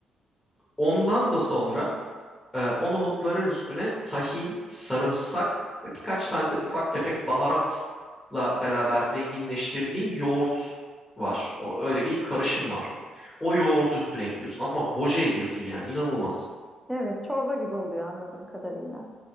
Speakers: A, on the left (about 15°); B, in the centre.
A: Ondan da sonra Ee, o nohutların üstüne tahin, sarımsak ve birkaç tane de ufak tefek baharatla beraber zenginleştirdiğin yoğurt var. O, öyle bir karışım var. O yoğurdu üstüne ekliyorsun ama boca ediyorsun yani inanılmaz.
B: Evet, çorba gibi oluyor anladığım kadarıyla.